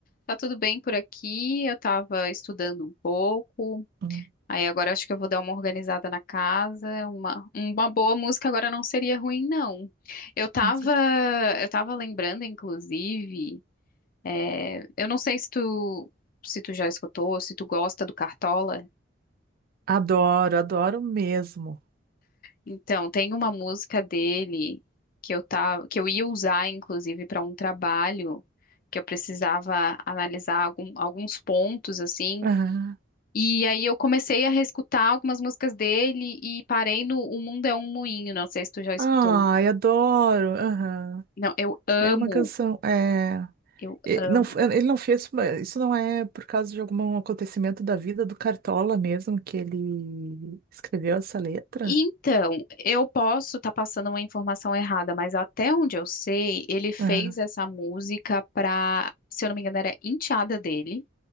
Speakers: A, on the left; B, on the right.
A: Tá tudo bem por aqui. Eu tava estudando um pouco.
B: Hum,
A: Aí agora acho que eu vou dar uma organizada na casa. Uma, uma boa música agora não seria ruim, não. Eu tava,
B: com cer-
A: eu tava lembrando, inclusive, é, eu não sei se tu, se tu já escutou, se tu gosta do Cartola.
B: Adoro, adoro mesmo.
A: Então, tem uma música dele que eu tava, que eu ia usar, inclusive, para um trabalho que eu precisava analisar algum- alguns pontos assim.
B: Aham.
A: E aí eu comecei a reescutar algumas músicas dele e parei no O Mundo é um Moinho. Não sei se tu já escutou.
B: Ai, adoro. aham.
A: Não, eu amo,
B: É uma canção. É...
A: eu
B: e-
A: amo.
B: Não, f- eh, ele não fez. Isso não é por causa de algum acontecimento da vida do Cartola mesmo que ele escreveu essa letra?
A: Então, eu posso estar passando uma informação errada, mas até onde eu sei, ele fez
B: Aham,
A: essa música para, se eu não me engano, era enteada dele.